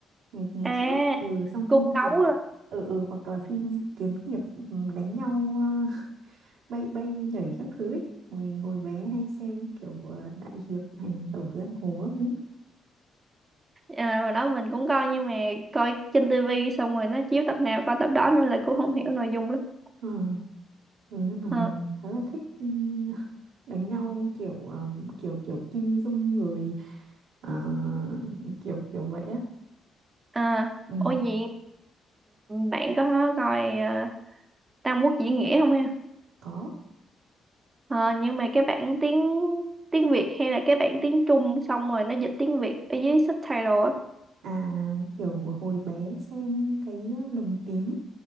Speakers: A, on the right (about 85°); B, on the right (about 30°).
A: ngày ngày
B: à
A: trước ừ xong
B: cung
A: phim
B: đấu
A: thì
B: rồi.
A: ừ ừ hoặc là phim kiếm hiệp ừ, đánh nhau ờ, <laughs> bay bay nhảy các thứ ấy. hồi hồi bé hay xem kiểu ờ, đại hiệp hành tẩu giang hồ ấy
B: à, hồi đó mình cũng coi nhưng mà coi trên tivi xong rồi nó chiếu tập nào coi tập đó nên là cũng không hiểu nội dung lắm
A: Ờ, ừ, nhưng mà mình
B: Ờ,
A: khá là thích ừ, đánh nhau kiểu ờ, kiểu kiểu Kim Dung rồi ờ, kiểu kiểu vậy á
B: À,
A: ừ
B: ôi gì bạn có coi ờ, Tam Quốc diễn nghĩa không em?
A: có
B: Ờ, nhưng mà cái bản tiếng tiếng Việt hay là cái bản tiếng Trung xong rồi nó dịch tiếng Việt ở dưới subtitle á?
A: À kiểu hồi bé xem cái ờ, lồng tiếng